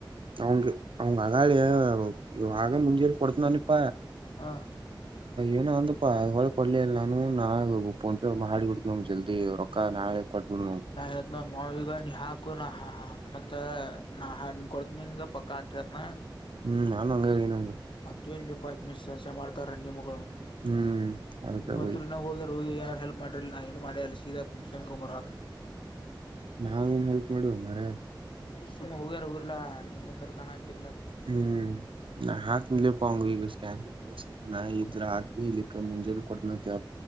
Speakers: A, on the right (about 90°); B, on the left (about 75°).
A: ಅವಂಗ ಅವಂಗ ಅಗಾಾಲ ಆಗ ಮುಂಜಿಯರಿ ಕೊಡತನನಪಾ
B: ಹಾಂ
A: ಏನ ಅಂದ ಪ ಹೊಳ ಕೊಡ್ಲಿಲ್ಲ ನಾನು ನಾ ಫೋನ್ ಪೇಮ್ಮ ಹಾಿಬಿಡ್ತ ನವು ಜಲ್ದಿ ರೊಕ್ಕ ನಾಳೆ ಕೊಟ್ಬಿಡವು
B: ನಾ ಹೇಳ್ತನ ಮಾವ ಈಗ ನೀ ಹಾಕು ನಾ ಮತ್ತ ನಾ ಕೊಡ್ತಿನ್ಗ ಪಕ್ಕ ಹಕತ್ನ
A: ಹ್ಮ್ ನಾನು ಅಂಗ ಹೇಳನವಂಗ
B: ಮತ್ತ ಏನ್ ಜಪಕ್ ಮಿಸ್ಸ ಮಾಡ್ತಾರ ನಿಮ
A: ಹ್ಮ್ ಅದಕ್ಕ
B: ನೀವಂ
A: ಬೈ
B: ನ ಹೋಗ್ಯ ಅವ ಏನ ಹೆಲ್ ಮಾಡ್ರಿ ನಾ ಏನು ಮಾಡ ಅಲಸಮರ್
A: ನಾವೇನ್ ಹೆಲ್ಪ್ ಮಾಡಿವ ಮ್ರ
B: ಸುಮ್ಮ ಹೋಗ್ಯಾರ ಉರ್ಲಾ ಆಕೆ ಮುಂದರ್ ಕಾಣ ಆಗ್ತಿರ್ಲಾ
A: ಹ್ಮ್ ಹಾಕಲೆ ಪಾೌಂಗೀ ಈಗುಷಕಣ ಬಳಸತ್ ನಾ ಇದ್ರೆ ಆಗ್ ಇಕ್ಕೆ ಮುಂಜೇಲಿ ಕೊಡ್ನೋವ